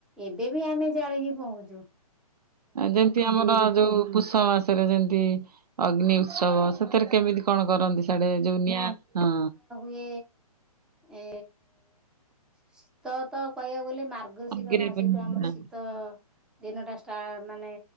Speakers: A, in the centre; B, on the right (about 80°).
A: ଏବେ ବି ଆମେ ଜାଳିକି ପଉଁଛୁ‌।
B: ଯେମିତି ଆମର ଯୋଉ ପୁଷ ମାସରେ ଯେମିତି ଅଗ୍ନି ଉତ୍ସବ ସେଥିରେ କେମିତି କଣ କରନ୍ତି ସିଆଡେ ଯୋଉ ନିଆଁ ହଁ।
A: କେ ଏ ଶୀତ ତ କହିବା ବୋଲି ମାର୍ଗ ମାର୍ଗଶିର
B: ଅଗିରେ
A: ମାସରୁ
B: ହୁଁ
A: ଆମର ଶୀତ ଦିନଟା ଷ୍ଟା ମାନେ